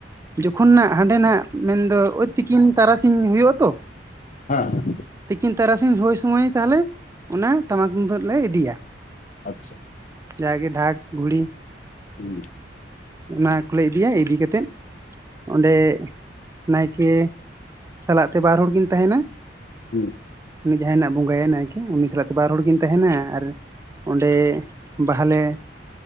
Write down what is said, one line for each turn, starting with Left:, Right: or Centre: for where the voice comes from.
Right: ᱡᱚᱠᱷᱚᱱ ᱱᱟᱜ ᱦᱟᱸᱰᱮᱱᱟᱜ ᱢᱮᱱᱫᱚ ᱳᱭ ᱛᱤᱠᱤᱱ ᱛᱟᱨᱟ <unintelligible> ᱦᱳᱭᱳᱜᱼᱟᱛᱚ
Left: ᱦᱮᱸ
Right: ᱛᱤᱠᱤᱱ ᱛᱟᱨᱟᱥᱤᱧ ᱦᱳᱭ ᱥᱩᱢᱟᱹᱭ ᱛᱟᱦᱞᱮ ᱚᱱᱟ ᱴᱟᱢᱟᱠ ᱛᱩᱢᱫᱟᱜ ᱞᱮ ᱤᱫᱤᱭᱟ
Left: ᱟᱪᱪᱷᱟ
Right: ᱡᱟᱜᱮ ᱰᱷᱟᱠ ᱜᱷᱩᱲᱤ
Left: ᱦᱩᱸ
Right: ᱩᱱᱟ ᱠᱚᱞᱮ ᱤᱫᱤᱭᱟ ᱤᱫᱤ ᱠᱟᱛᱮᱫᱼᱼ ᱚᱸᱰᱮᱜ ᱱᱟᱭᱠᱮ ᱥᱟᱞᱟᱜ ᱛᱮ ᱵᱟᱨ ᱦᱚᱲᱠᱤᱱ ᱛᱟᱦᱮᱱᱟ
Left: ᱦᱩᱸ
Right: ᱩᱱᱤ ᱡᱟᱦᱟᱸᱭ ᱱᱟᱜ ᱵᱚᱸᱜᱟᱭ-ᱟᱭ ᱱᱟᱭᱠᱮ ᱩᱱᱤ ᱥᱟᱞᱟᱜ ᱛᱮ ᱵᱟᱨ ᱦᱚᱲ ᱠᱤᱱ ᱛᱟᱦᱮᱸᱱᱟ ᱟᱨᱼᱼ ᱚᱸᱰᱮ ᱵᱟᱦᱟᱞᱮ,